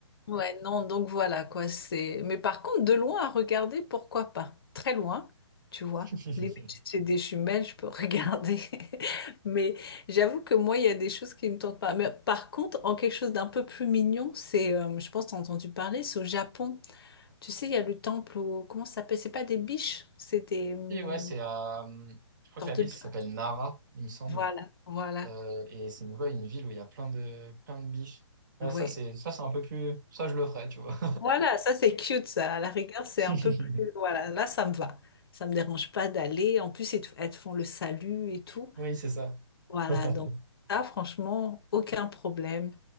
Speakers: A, on the left; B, on the right.
A: Ouais, non, donc voilà quoi, c'est. Mais par contre, de loin à regarder, pourquoi pas? Très loin, tu vois.
B: <laughs>
A: Limite, si c'est des jumelles, je peux regarder. <laughs> Mais j'avoue que moi, il y a des choses qui me tentent pas. Mais par contre, en quelque chose d'un peu plus mignon, c'est, euh, je pense, t'as entendu parler, c'est au Japon. Tu sais, il y a le temple au... Comment ça s'appelle? C'est pas des biches, c'est des hum,
B: Et ouais, c'est à, euh, je crois
A: sortes
B: que la ville s'appelle
A: de.
B: Nara, il me semble.
A: Voilà, voilà.
B: Euh, et c'est une, ouais, une ville où il y a plein de, plein de biches. Ouais,
A: Ouais.
B: ça, c'est, ça, c'est un peu plus, ça, je le ferais, tu vois.
A: Voilà, ça c'est cute, ça. À la rigueur, c'est
B: <laughs>
A: un peu plus. Voilà, là ça me va. Ça me dérange pas d'aller. En plus, ils te elles te font le salut et tout.
B: Oui, c'est ça.
A: Voilà,
B: <laughs>
A: donc ça, franchement, aucun problème.